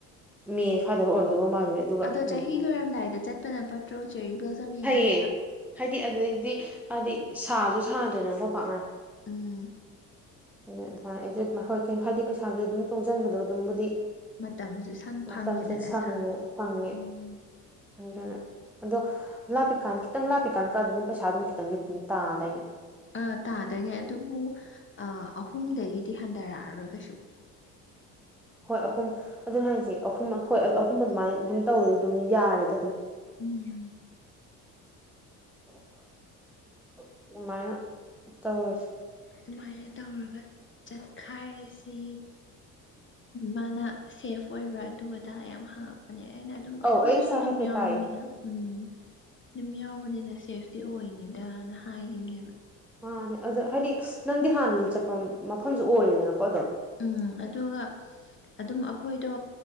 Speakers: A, in the centre; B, on the left.
A: ꯃꯦ ꯁ꯭ꯋꯥꯏꯗꯒ ꯑꯣꯏꯔꯝꯗꯧꯕ ꯃꯥꯜꯂꯨꯔꯦ ꯑꯗꯨꯒ
B: ꯑꯗꯣ
A: ꯎꯝ
B: ꯆꯍꯤ ꯂꯣꯏꯔꯝꯗꯥꯏꯗ ꯆꯠꯄꯅ ꯐꯠꯇ꯭ꯔꯣ ꯆꯦꯔꯤ ꯕ꯭ꯂꯣꯖꯝ ꯌꯦꯡꯅꯕ
A: ꯐꯩꯌꯦ ꯍꯥꯏꯗꯤ ꯑꯗꯨꯗꯩꯗꯤ ꯍꯥꯏꯗꯤ ꯁꯥꯁꯨ ꯁꯥꯗ꯭ꯔꯦꯅꯀꯣ ꯄꯥꯛꯅ
B: ꯎꯝ
A: ꯑꯗꯨ ꯑꯗꯨꯃꯥꯏꯅ ꯑꯩꯁꯨ ꯑꯗꯨꯥꯏ ꯍꯣꯏ ꯍꯥꯏꯗꯤ ꯄꯩꯁꯥꯁꯨ ꯑꯗꯨꯝ ꯇꯣꯡꯁꯤꯟꯕꯗꯣ ꯑꯗꯨꯝꯕꯨꯗꯤ
B: ꯃꯇꯝꯁꯨ ꯁꯪ
A: ꯃꯇꯝꯁꯨ
B: ꯐꯪꯉꯦꯗꯅ
A: ꯁꯪꯉ
B: ꯁꯥꯡꯅ
A: ꯈ꯭ꯡꯉꯦ
B: ꯎꯝ
A: ꯑꯗꯨꯅ ꯑꯗꯣ ꯂꯥꯞꯄꯤꯀꯥꯟꯗ ꯈꯤꯇꯪ ꯂꯥꯞꯄꯤꯀꯥꯟꯗ ꯀꯛꯑꯥꯗꯤ ꯑꯗꯨꯝ ꯄꯩꯁꯥ ꯑꯗꯨꯝ ꯈꯤꯇꯪꯗꯤ ꯑꯗꯨꯝ ꯇꯥꯗꯥꯏꯅꯦ
B: ꯑꯥ ꯇꯥꯗꯣꯏꯅꯦ ꯑꯗꯨꯕꯨ ꯑꯍꯨꯝꯗꯒꯤꯗꯤ ꯍꯟꯊꯔꯛꯑꯔꯣꯏ ꯀꯩꯁꯨ
A: ꯍꯣꯏ ꯑꯍꯨꯝ ꯑꯗꯨꯅꯦ ꯍꯥꯏꯁꯦ ꯑꯍꯨꯝ ꯍꯣꯏ ꯑꯍꯨꯝ ꯑꯗꯨꯃꯥꯏꯅ ꯑꯗꯨꯝ ꯇꯧꯔꯦ ꯑꯗꯨꯝ ꯌꯥꯔꯦꯗ ꯑꯗꯨꯝ
B: ꯎꯝ
A: <inaudible> ꯑꯗꯨꯃꯥꯏꯅ ꯇꯧꯔꯁꯤ
B: ꯑꯗꯨꯃꯥꯏꯅ ꯇꯧꯔꯒ ꯆꯠꯈꯥꯏꯔꯁꯤ ꯃꯥꯅ ꯁꯦꯐ ꯑꯣꯏꯕ꯭ꯔꯥ ꯑꯗꯨ ꯑꯗꯥ ꯌꯥꯝ ꯍꯪꯉꯛꯄ ꯄꯅꯦ ꯑꯩꯅ ꯑꯗꯨꯝ ꯑꯩꯈꯣꯏꯁꯨ
A: ꯑꯧ ꯑꯩ ꯉꯁꯥꯏ
B: ꯑꯗꯨꯝ
A: ꯍꯥꯏꯐꯦꯠ
B: ꯌꯥꯎꯕꯅꯤꯅ
A: ꯇꯥꯏꯌꯦ
B: ꯎꯝ ꯑꯗꯨꯝ ꯌꯥꯎꯕꯅꯤꯅ ꯁꯦꯐꯇꯤ ꯑꯣꯏꯅꯤꯗꯅ ꯍꯥꯏꯈꯤꯕꯅꯦꯕ
A: ꯃꯥꯅꯦ ꯑꯗ ꯍꯥꯏꯗꯤ ꯅꯪꯗꯤ ꯍꯥꯟꯅꯁꯨ ꯆꯠꯄ ꯃꯐꯝꯁꯨ ꯑꯣꯏꯔꯦꯗꯅꯀꯣ ꯑꯗꯨꯝ
B: ꯎꯝ ꯑꯗꯨꯒ ꯑꯗꯨꯝ ꯑꯩꯈꯣꯏꯗꯣ